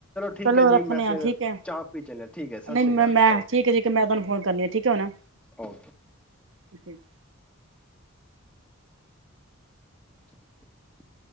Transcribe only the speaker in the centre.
ਠੀਕ
ਹੈ ਜੀ
ਮੈਂ ਫਿਰ
ਚਾਹ ਪੀ ਚੱਲਿਆ ਠੀਕ ਹੈ ਸਤਿ
ਸ਼੍ਰੀ
ਅਕਾਲ
ਜੀ ਓਕੇ
ਓਕੇ
<inaudible>